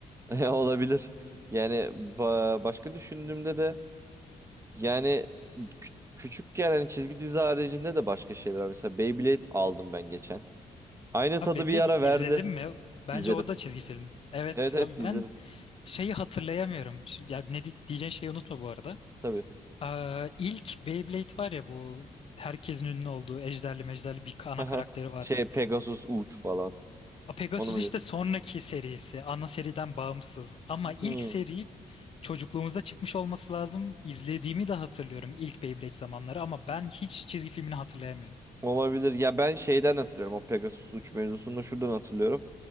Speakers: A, on the right; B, on the left.
A: <laughs> olabilir. Yani ba- başka düşündüğümde de Yani kü- küçükken hani çizgi dizi haricinde de başka şeyler var. Mesela Beyblade aldım ben geçen. Aynı
B: Abi
A: tadı
B: Beyblade'i
A: bir ara verdi.
B: izledim mi? Bence
A: İzledim.
B: o da çizgi film. Evet
A: Evet evet
B: abi
A: izledim.
B: ben şeyi hatırlayamıyorum. Şi- Ya ne di- diyeceğin şeyi unutma bu arada.
A: Tabii.
B: Aa, ilk Beyblade var ya bu herkesin ünlü olduğu ejderli mejderli bir ana
A: <laughs>
B: karakteri vardı.
A: Şey Pegasus Uç falan.
B: Pegasus
A: Onu mu
B: işte
A: diyorsun?
B: sonraki serisi. Ana seriden bağımsız. Ama
A: Hmm,
B: ilk seri çocukluğumuzda çıkmış olması lazım. İzlediğimi de hatırlıyorum ilk Beyblade zamanları ama ben hiç çizgi filmini hatırlayamıyorum.
A: olabilir. Ya ben şeyden hatırlıyorum. O Pegasus Uç mevzusunu da şuradan hatırlıyorum.